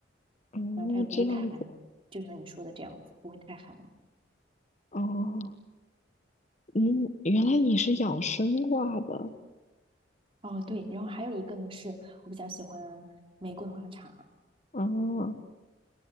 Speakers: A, on the left; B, on the right.
A: 哦，
B: 然后它又不会太寒，
A: 这样子
B: 就像你说的这样子，不会太寒。
A: 哦，嗯，原来你是养生挂的
B: 哦，对，然后还有一个呢，是我比较喜欢玫瑰花茶，
A: 啊，哦